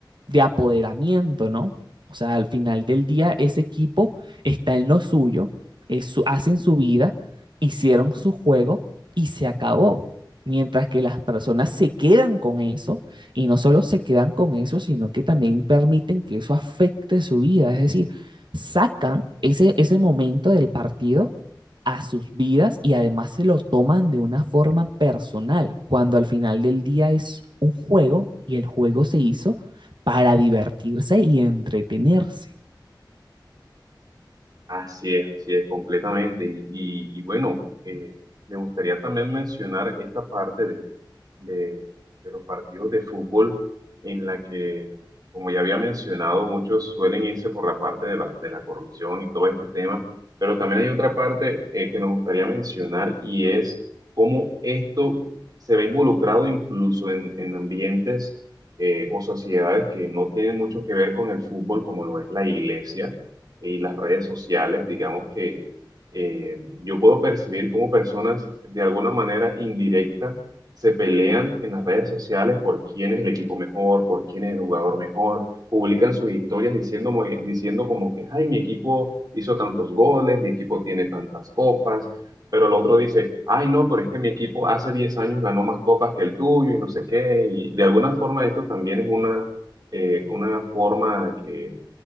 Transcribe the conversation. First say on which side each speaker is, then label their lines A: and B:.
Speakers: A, on the right (about 70°); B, on the right (about 50°).
A: de apoderamiento, ¿no? O sea, al final del día ese equipo está en lo suyo, es su- hacen su vida, hicieron su juego y se acabó. Mientras que las personas se quedan con eso y no solo se quedan con eso, sino que también permiten que eso afecte su vida. Es decir, sacan ese, ese momento del partido a sus vidas y además se lo toman de una forma personal, cuando al final del día es un juego y el juego se hizo para divertirse y entretenerse.
B: Así es, así es, completamente. Y, y- y bueno, eh, me gustaría también mencionar esta parte de, de los partidos de fútbol en la que, como ya había mencionado, muchos suelen irse por la parte de la, de la corrupción y todo este tema, pero también hay otra parte eh, que me gustaría mencionar y es cómo esto se ve involucrado incluso en, en ambientes eh, o sociedades que no tienen mucho que ver con el fútbol, como lo es la iglesia y las redes sociales, digamos que... eh, yo puedo percibir cómo personas de alguna manera indirecta se pelean en las redes sociales por quién es el equipo mejor, por quién es el jugador mejor, publican sus historias diciendo, diciendo como que, ay, mi equipo hizo tantos goles, mi equipo tiene tantas copas, pero el otro dice, ay, no, pero es que mi equipo hace 10 años ganó más copas que el tuyo y no sé qué, y de alguna forma esto también es una, eh, una forma que